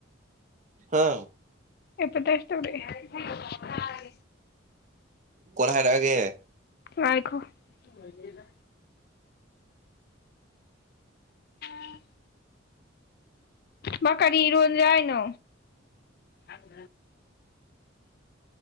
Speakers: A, on the right; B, on the left.
A: <inaudible> ꯎ ꯍꯥ
B: ꯏꯄꯥꯇꯩꯥꯏꯁ ꯇꯔ
A: ꯎꯝ ꯀꯟꯍ ꯍꯥꯏꯔꯛꯑꯒꯦ
B: ꯋꯥꯥꯏꯈꯣ ꯀꯔꯤꯅꯣ <inaudible> ꯎ ꯃꯀꯥꯔꯤ ꯏꯔꯣꯣꯟ ꯌꯥꯏꯅ ꯑꯁ